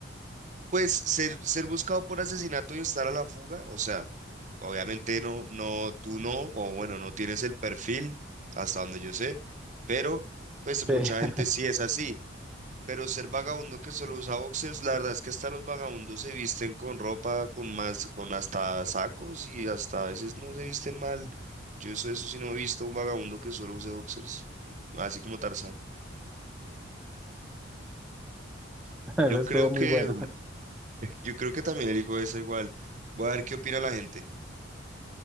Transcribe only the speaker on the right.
Pues ser, ser buscado por asesinato y estar a la fuga, o sea, obviamente no, no, tú no, o bueno, no tienes el perfil, hasta donde yo sé, pero pues
mucha gente
sí es así. Pero ser vagabundo que solo usa boxers, la verdad es que hasta los vagabundos se visten con ropa, con más, con hasta sacos y hasta a veces no se visten mal. Yo eso, eso sí no he visto un vagabundo que solo use boxers, así como Tarzán.
Yo creo
que,
yo creo que también elijo esa igual. Voy a ver qué opina la gente.